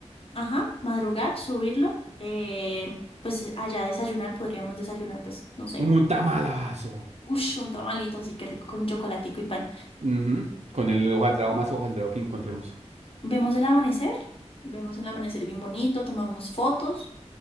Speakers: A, on the left; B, on the right.
A: Ajá, madrugar, subirlo. eh, pues allá desayunar, podríamos desayunar, pues, no sé.
B: un tamalazo.
A: Ush, un tamalito, así que rico con chocolatico y pan.
B: Ujú, Con el hojaldrado más hojaldrado que encontremos.
A: Vemos el amanecer, vemos el amanecer bien bonito, tomamos fotos